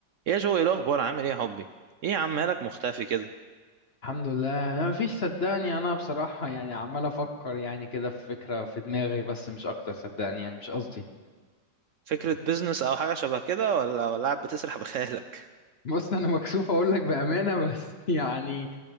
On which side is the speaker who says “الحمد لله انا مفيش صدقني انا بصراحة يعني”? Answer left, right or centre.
Left